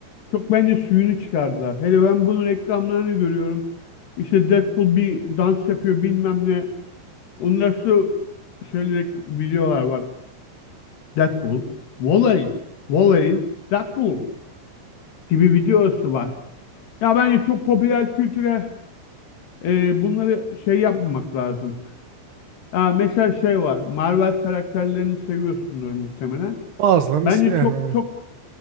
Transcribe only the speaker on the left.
çok bence suyunu çıkardılar. Hele ben bunun reklamlarını görüyorum. İşte Deadpool bir dans yapıyor bilmem ne. Ondan sonra şöyle rek- videolar var. Deadpool, Wolverine, Wolverine, Deadpool gibi videosu var. Ya bence çok popüler kültüre e, bunları şey yapmamak lazım. Aa, mesela şey var. Marvel karakterlerini seviyorsundur muhtemelen.
Bence
çok çok